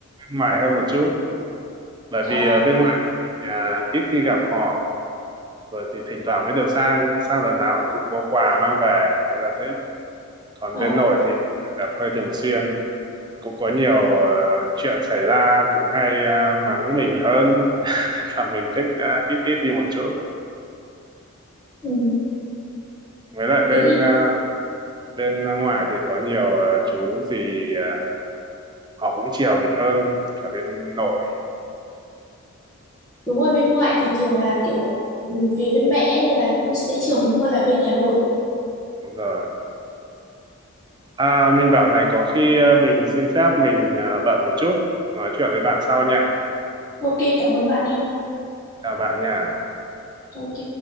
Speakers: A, on the right (about 20°); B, on the left (about 15°).
A: ngoài hơn một chút bởi
B: Ờ,
A: vì ờ, bên ngoài thì mình ờ, ít khi gặp họ rồi thì thỉnh thoảng mới được sang sang lần nào cũng có quà mang về thế là thế còn
B: ờ,
A: bên nội thì gặp hơi thường xuyên cũng có nhiều ờ, chuyện xảy ra cũng hay ờ, mắng mình hơn <laughs> Thế là mình thích ờ, ít ít đi một chút
B: ừ.
A: với lại bên
B: Thế thì
A: ờ, bên ngoại thì có nhiều ờ, chú thì ờ, họ cũng chiều mình hơn cả bên nội
B: đúng rồi bên ngoại thì thường là kiểu ừ, về bên mẹ nên là cũng sẽ chiều mình hơn là bên nhà nội.
A: đúng rồi à mình bảo này có khi ờ, mình xin phép mình ờ, bận một chút nói chuyện với bạn sau nha
B: Ok cảm ơn bạn nha.
A: chào bạn nha
B: Ok.